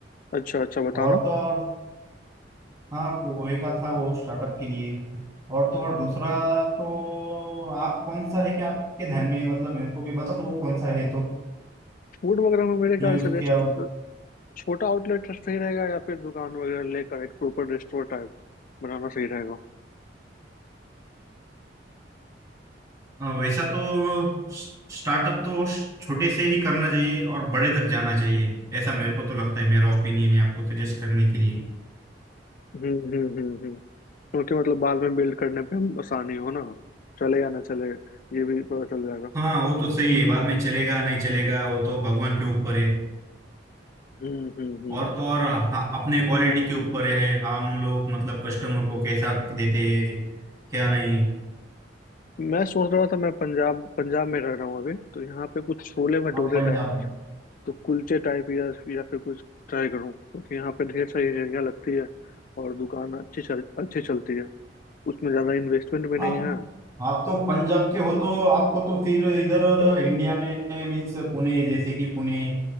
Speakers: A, on the left; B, on the right.
A: अच्छा अच्छा बताना
B: और तो और हाँ पोहे का था वो स्टार्टअप के लिए और तो और दूसरा तो आप कौन सा है कि आपके ध्यान में मतलब मेरे को भी बता दो वो कौन सा है तो
A: फूड वगैरह में मेरे ख्याल
B: मैं उसके
A: से रेस्ट
B: अब-
A: छोटा आउटलेट सही रहेगा या फिर दुकान वगैरह लेकर एक प्रॉपर रेस्टोरेंट टाइप बनाना सही रहेगा
B: हाँ, वैसा तो स्टार्टअप तो छोटे से ही करना चाहिए और बड़े तक जाना चाहिए ऐसा मेरे को तो लगता है मेरा ओपिनियन है आपको सजेस्ट करने के लिए
A: हम्म हम्म हम्म हम्म क्योंकि मतलब बाद में बिल्ड करने पे हम आसानी हो ना चले या ना चले ये भी पता चल जाएगा
B: हाँ वो तो सही है बाद में चलेगा नहीं चलेगा वो तो भगवान के ऊपर है
A: हम्म हम्म हम्म
B: और तो और हाँ, अपने क्वालिटी के ऊपर है हम लोग मतलब कस्टमर को कैसा देते हैं क्या नहीं
A: मैं सोच रहा था मैं पंजाब पंजाब में रह रहा हूँ अभी तो यहाँ पे कुछ छोले भटूरे
B: आप पंजाब
A: टाइप
B: में,
A: तो कुलचे टाइप या या फिर कुछ ट्राई करूँ क्योंकि यहाँ पे ढेर सारी रेहड़ियाँ लगती है और दुकान अच्छी चल अच्छी चलती है उसमें ज़्यादा इन्वेस्टमेंट भी नहीं
B: आप
A: है
B: आप तो पंजाब के हो तो आपको तो फिर इधर इंडिया में मीन्स पुणे जैसे कि पुणे